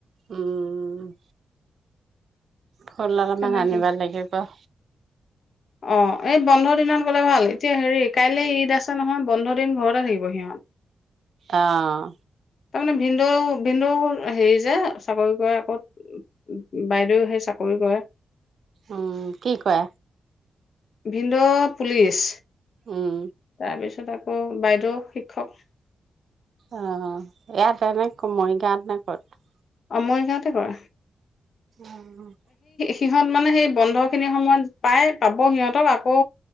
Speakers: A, on the right; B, on the left.
A: উম- ফুল অলপমান
B: তেনেকে
A: আনিব লাগিব- চুন
B: অ' এই বন্ধ দিনত গ'লে ভাল। এতিয়া হেৰি- কাইলে ঈদ আছে নহয় বন্ধ দিন ঘৰতে থাকিব সিহঁত।
A: অহ
B: তাৰমানে ভিন্দৌ ভিন্দৌৰ হেৰি যে চাকৰি কৰে আকৌ উম উম উম বাইদেউ হেই চাকৰি কৰে।
A: উম কি কৰে?
B: ভিন্দৌ পুলিচ।
A: উম
B: তাৰপিছ- তাত আকৌ বাইদেউ শিক্ষক।
A: অ'-অ'- ইয়াত ফৰমাই ক-মৰিগাঁৱত নে- সথ্-
B: অমই গাঁৱতেই কৰা।
A: অহ্-
B: সিহঁত মানে সেই বন্ধ খিনিৰ সময়ত পাই-পাব সিহঁতক আকৌ